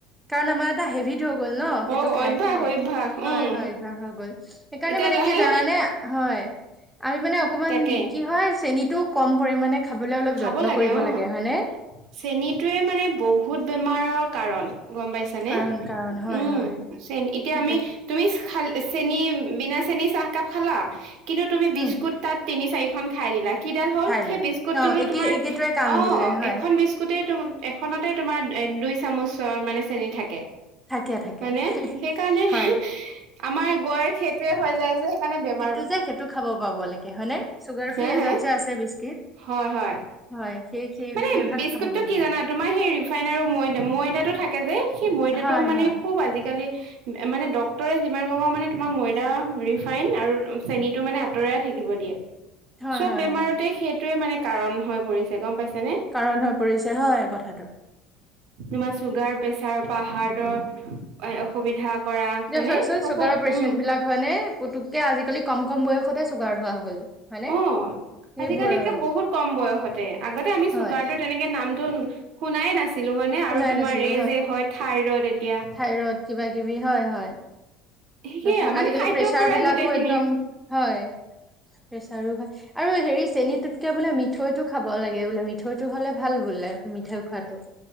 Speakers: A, in the centre; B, on the right.
A: কাৰণ আমাৰ এটা হেভিটো হৈ গ'ল ন
B: হ
A: সেইটো খাই
B: অভ্যাস
A: খাই।
B: অভ্যাস
A: হয়
B: উম
A: হয় অভ্যাস হৈ গ'ল, সেইকাৰণে
B: এতিয়া
A: মানে
B: লাহে
A: কি
B: লাহে
A: জানানে, হয়। আমি মানে অকমান
B: তাকে
A: কি হয় চেনী তো কম পৰিমানে খাবলে অলপ
B: খাব
A: যত্ন কৰিব
B: অ
A: লাগে হয় নে।
B: চেনীটোৱে মানে বহুত বেমাৰৰ কাৰণ। গম পাইছানে।
A: কাৰণ কাৰণ হয়
B: উম,
A: হয়
B: চেনি এতিয়া
A: সেইটো
B: আমি তুমি খাল চেনী বিনা চেনী চাহকাপ খালা। কিন্তু তুমি বিস্কুট
A: উম
B: তাত তিনি চাৰিখন খাই দিলা কিডাল হ'ল,
A: ঠাই
B: সেই
A: নাই
B: বিস্কুট
A: অ
B: টুটু
A: একে
B: তোমাৰ
A: একেটোৱে কাম
B: অ
A: দিলে হয়
B: এখন বিস্কুটেটো এখনতে তোমাৰ দুই চামুচৰ মানে চেনি থাকে।
A: থাকে থাকে
B: হয়নে সেইকাৰণে
A: হয়
B: আমাৰ গৈ সেইটোয়ে হৈ যায় যে সেইকাৰণে বে-
A: টো যে সেইটো খাব পাব লাগে। হয় নে চুগাৰ
B: হে
A: ফ্ৰী এজাত
B: হে
A: যে আছে বিস্কিট।
B: হয় হয়
A: হয় সেই সেই
B: মানে
A: সেই ভাগ
B: বিস্কুটটো
A: খাব পাব
B: কি
A: লাগে।
B: জানা তোমাৰ সেই ফাইন আৰু ময়দা ময়দাতটো থাকে যে, সেই ময়দাটো
A: হয়
B: মানে
A: হয়
B: খুব আজিকালি মানে ডক্তৰে যিমান কব মানে তোমাক ময়দা, ৰিফাইন আৰু চেনিটো মানে আঁতৰায় থাকি- কিব দিয়ে।
A: হয়
B: চব
A: হয়
B: বেমাৰতে
A: হয়
B: সেইটোৱে মানে কাৰণ হৈ পৰিছে গম পাইছ- যেনে
A: কাৰণ হৈ পৰিছে হয় কথাটো
B: তোমাৰ চুগাৰ প্ৰেছাৰ পৰা হাৰ্টৰ অসুবিধা কৰা- হয়নে
A: এ চোৱাচোন
B: সকলো
A: চুগাৰৰ পেচেণ্ট
B: উম
A: বিলাক হয়নে পুতুকে আজিকালি কম কম বয়সতে চুগাৰ হোৱা হল। হয়নে
B: অ
A: সেইবোৰ
B: আজিকালি একে
A: আৰু
B: বহুত কম বয়সতে। আগতে আমি
A: হয়
B: চুগাৰটো তেনেকে নাম- শুনাইে নাছিলো মানে
A: শুনাই
B: আৰু তোমাৰ
A: নাছিলো
B: এই যে হয় থাইৰড এতিয়া।
A: থাইৰইড কিবা কিবি হয় হয়।
B: সেয়া
A: তাৰ
B: মানে
A: আজিকালি
B: খাদ্যৰ
A: প্ৰেচাৰ
B: পৰাই
A: বিলাকো
B: গোটেইখিনি
A: একদম হয়, প্ৰেচাৰো হয়। আৰু হেৰি চেনীটোত এতিয়া বোলে মিঠৈটো খাব লাগে বোলে মিঠৈটো হ'লে ভাল বোলে মিঠৈ খোৱাটো।